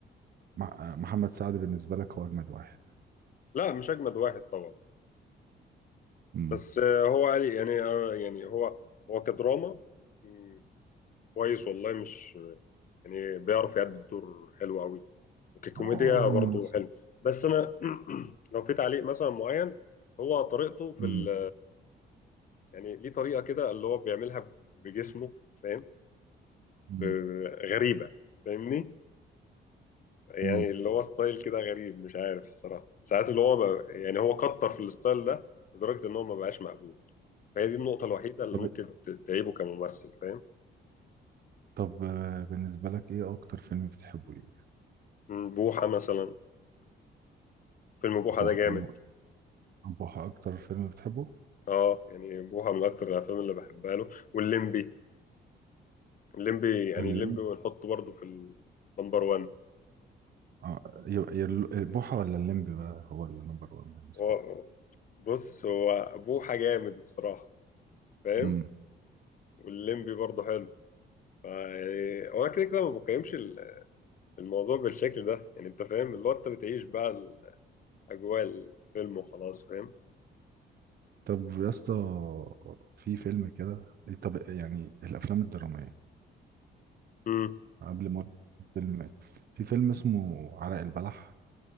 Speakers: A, on the right; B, on the left.
A: مع- آه، محمد سعد بالنسبة لك هو أجمد واحد
B: لا مش اجمد واحد طبعا
A: امم
B: بس آه هو قال يعني آه يعني هو هو كدراما مم، كويس والله مش يعني بيعرف يأدي الدور حلو قوي وككوميديا
A: هو هو
B: برضه
A: ممثل
B: حلو بس انا <clears throat> لو في تعليق مثلا معين هو طريقته في
A: امم
B: ال يعني ليه طريقة كده اللي هو بيعملها بجسمه فاهم
A: امم
B: آه غريبة فاهمني يعني
A: امم
B: اللي هو ستايل كده غريب مش عارف الصراحة ساعات اللي هو ما يعني هو كتر في الستايل ده لدرجة ان هو ما بقاش مقبول فهي دي النقطة الوحيدة اللي
A: طب
B: ممكن ت- تعيبه كممثل فاهم
A: طب آه، بالنسبة لك ايه اكتر فيلم بتحبه ليه
B: مم، بوحة مثلا فيلم بوحة
A: بوحة
B: ده جامد
A: أبو- بوحة اكتر فيلم بتحبه
B: اه يعني بوحة من اكتر الافلام اللي بحبها له والليمبي الليمبي يعني
A: الليمب
B: الليمبي ونحطه برضه في النمبر 1
A: اه ي- ي- بوحة ولا الليمب بقى هو النمبر وان بالنسبة
B: هو
A: لك
B: بص هو بوحة جامد الصراحة فاهم
A: امم
B: والليمبي برضه حلو فا يعني هو كده كده ما بقيمش الموضوع بالشكل ده يعني انت فاهم اللي هو انت بتعيش بقى اجواء الفيلم وخلاص فاهم
A: طب يا اسطى في فيلم كده طب يعني الافلام الدرامية
B: امم
A: قبل ما أقول في فيلم في فيلم اسمه عرق البلح